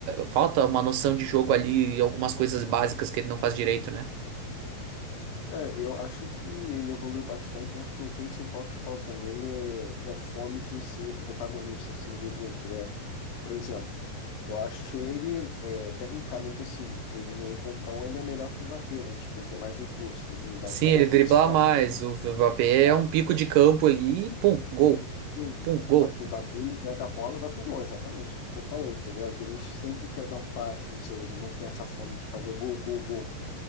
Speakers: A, on the right (about 80°); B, on the left (about 75°).
A: falta uma noção de jogo ali e algumas coisas básicas que ele não faz direito, né?
B: É, eu acho que ele evoluiu bastante. Acho que o principal que falta nele é, é fome de ser protagonista, assim, de gol, tá ligado? Por exemplo, eu acho ele, é, tecnicamente, assim, ele no um contra um, ele é melhor que o Mbappé, né? Tipo, ele tem mais recurso. O Mbappé
A: Sim, ele
B: é mais
A: driblar
B: velocidade.
A: mais, o Mbappé
B: Ah,
A: é um pico de campo ali, e pum, gol.
B: sim.
A: Pum, gol.
B: Só que o Mbappé, ele pega a bola e vai pro gol, exatamente. Você falou, tá ligado? O Vinícius sempre quer dar um passe, não sei, ele não tem essa fome de fazer gol, gol, gol.